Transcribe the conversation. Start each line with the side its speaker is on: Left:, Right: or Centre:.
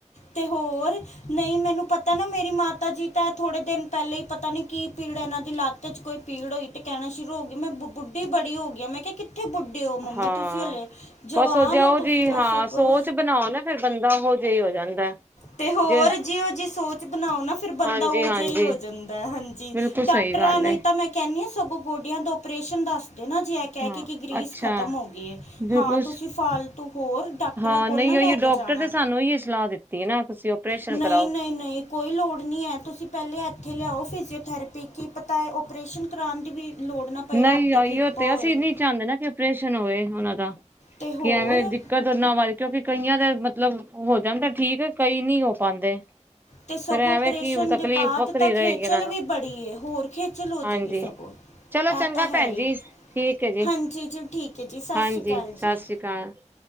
Left: ਤੇ ਹੋਰ। ਨਹੀਂ ਮੈਨੂੰ ਪਤਾ ਨਾ ਮੇਰੀ ਮਾਤਾ ਜੀ ਤਾਂ ਥੋੜੇ ਦਿਨ ਪਹਿਲੇ ਹੀ ਪਤਾ ਨੀ ਕੀ ਪੀੜ ਇਹਨਾਂ ਦੀ ਲੱਤ। 'ਚ ਕੋਈ ਪੀੜ ਹੋਈ ਤੇ ਕਹਿਣਾ ਸ਼ੁਰੂ ਹੋ ਗਈ ਮੈਂ ਬ ਬੁੱਢੀ ਬੜੀ ਹੋ ਗਈ ਹੈ। ਮੈਂ ਕਿਹਾ ਕਿੱਥੇ ਬੁੱਢੇ ਉਹ ਮੰਮੀ।
Right: ਹਾਂ
Left: ਤੁਸੀਂ ਹਲੇ ਜਵਾਨ
Right: ਬਸ ਉਹ ਜਾਓ
Left: ਹੋ। ਤੁਸੀਂ
Right: ਜੀ
Left: ਤਾਂ
Right: ਹਾਂ
Left: ਸਗੋ।
Right: ਸੋਚ ਬਣਾਓ ਨਾ ਫਿਰ ਬੰਦਾ ਹੋ ਜਿਹੀ ਹੋ ਜਾਂਦਾ
Left: ਤੇ ਹੋਰ
Right: ਜੇ
Left: ਜੀ ਉਹ ਜੇ ਸੋਚ। ਬਣਾਓ ਨਾ ਫ਼ਿਰ ਬੰਦਾ
Right: ਹਾਂਜੀ
Left: ਉਹ
Right: ਹਾਂਜੀ
Left: ਜਿਹੀ ਹੋ ਜਾਂਦਾ ਹੈ। ਹਾਂਜੀ
Right: ਬਿਲਕੁਲ
Left: ਡਾਕਟਰਾਂ
Right: ਸਹੀ ਗੱਲ
Left: ਨਹੀਂ
Right: ਹੈ
Left: ਤਾਂ ਮੈਂ। ਕਹਿੰਦੇ ਹਾਂ। ਸਗੋਂ ਗੋਡਿਆਂ ਦਾ ਓਪਰੇਸ਼ਨ ਦੱਸ ਦੇ ਨਾ ਜੇ ਇਹ ਕਹਿ
Right: ਹਾਂ
Left: ਕੇ ਕਿ ਗ੍ਰਰੀਸ
Right: ਅੱਛਾ
Left: ਖਤਮ ਹੋ। ਹੁੰਦੀ ਹੈ।
Right: ਬਿਲਕੁਲ
Left: ਹਾਂ ਤੁਸੀਂ ਫਾਲਤੂ ਹੋਰ ਡਾਕਟਰਾਂ
Right: ਹਾਂ
Left: ਕੋਲ
Right: ਨਹੀਂ
Left: ਨਾ ਲੈ
Right: ਉਹੀ ਡਾਕਟਰ
Left: ਕੇ ਜਾਣਾ।
Right: ਸਾਨੂੰ ਹੀ ਸਲਾਹ ਦਿੱਤੀ ਤੇ ਨਾ ਤੁਸੀਂ ਓਪਰੇਸ਼ਨ
Left: ਨਹੀਂ
Right: ਕਰਾਓ।
Left: ਨਹੀਂ ਨਹੀਂ ਕੋਈ ਲੋੜ ਨਹੀਂ ਹੈ ਤੁਸੀਂ ਪਹਿਲੇ ਇੱਥੇ ਲਿਆ ਫਿਜੀਓਥੈਰੇਪੀ ਕਿ ਪਤਾ ਏ ਓਪਰੇਸ਼ਨ ਕਰਾਉਣ ਦੀ ਵੀ ਲੋੜ। ਨਾ ਪਏ
Right: ਨਹੀਂ
Left: ਰੱਬ ਦੀ
Right: ਆਈ
Left: ਕਿਰਪਾ
Right: ਉਹ ਤੇ
Left: ਹੋਏ
Right: ਅਸੀਂ ਨਹੀਂ ਚਾਹੁੰਦੇ ਨਾ ਕਿ ਓਪਰੇਸ਼ਨ ਹੋਏ ਉਹਨਾਂ ਦਾ
Left: ਤੇ ਹੋਰ
Right: ਕਿ ਐਵੇਂ। ਕਦਰ ਨਾ ਵਜ ਕਿਉਂਕਿ ਕਈਆਂ ਦਾ ਮਤਲਬ ਹੋ ਜਾਂਦਾ ਹੈ। ਠੀਕ ਕਈ ਨਹੀਂ ਹੋ ਪਾਉਂਦੇ।
Left: ਤੇ ਸਗੋਂ
Right: ਫੇਰ ਐਵੇ
Left: ਓਪਰੇਸ਼ਨ
Right: ਕਿ ਤਕਲੀਫ਼
Left: ਦੇ ਬਾਅਦ
Right: ਵਖਰੀ
Left: ਤਾਂ
Right: ਰਹੇਗੀ
Left: ਖੇਚਲ
Right: ਇਹਨਾਂ ਨੂੰ
Left: ਵੀ ਬੜੀ ਏ ਹੋਰ ਖੇਚਲ ਹੋ ਜਾਏਗੀ
Right: ਹਾਂਜੀ
Left: ਸਗੋਂ
Right: ਚਲੋ ਚੰਗਾ
Left: ਇਹ ਤਾਂ ਹੈ
Right: ਭੈਣ
Left: ਹੀ
Right: ਜੀ ਠੀਕ ਹੈ। ਜੀ
Left: ਹਾਂਜੀ ਜੀ ਠੀਕ ਹੈ ਜੀ ਸਤਿ
Right: ਹਾਂਜੀ
Left: ਸ਼੍ਰੀ ਅਕਾਲ
Right: ਸਤਿ
Left: ਜੀ
Right: ਸ੍ਰੀ ਅਕਾਲ- - <inaudible>